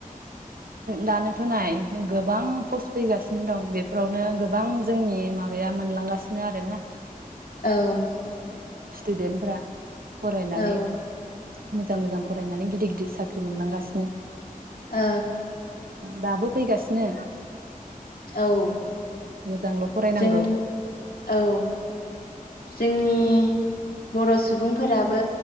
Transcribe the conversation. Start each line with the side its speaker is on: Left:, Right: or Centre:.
Right: दानोथ'नाय गोबां पस्ट फैगासिनो दं बेफोरावनो गोबां जोंनि माबाया मोनलांगासिनो आरोना
Left: औ
Right: स्टुदेन्टफ्रा फरायनानै
Left: औ
Right: मोजां मोजां फरायनानै गिदिर गिदिर साख्रि मोनलांगासिनो।
Left: ओ
Right: दाबो फैगासिनो
Left: औ
Right: मोजांल' फरायनांगो
Left: जों औ जोंनि बर' सुबुंफोराबो